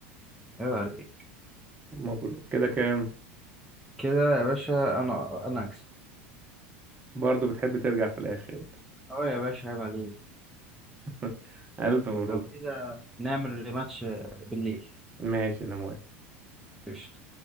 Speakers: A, in the centre; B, on the right (about 25°).
A: عيب عليك
B: مبروك كده كام
A: كده يا باشا أنا أنا أكسب
B: برضه بتحب ترجع في الآخر انت
A: أه يا باشا عيب عليك
B: <laughs> ألف مبروك
A: لو كده نعمل ريماتش بالليل
B: ماشي أنا موافق
A: قشطة